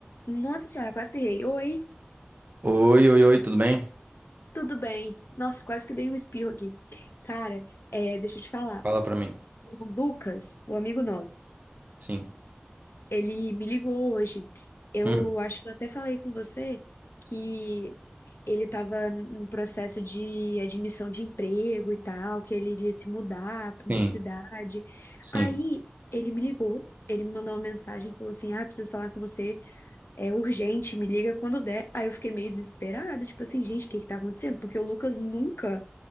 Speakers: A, on the left; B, on the right.
A: Nossa senhora, quase pirrei. Oi,
B: Oi, oi, oi, tudo bem?
A: tudo bem? Nossa, quase que dei um espirro aqui. Cara, é, deixa eu te falar.
B: Fala pra mim.
A: O Lucas, o amigo nosso,
B: Sim.
A: ele me ligou hoje. Eu
B: Hum,
A: acho que eu até falei com você que ele estava em processo de admissão de emprego e tal, que ele iria se mudar de
B: sim,
A: cidade.
B: sim.
A: Aí ele me ligou, ele me mandou uma mensagem, e falou assim: Ah, preciso falar com você. é urgente, me liga quando der. Aí eu fiquei meio desesperada, tipo assim, gente, o que que tá acontecendo? Porque o Lucas nunca,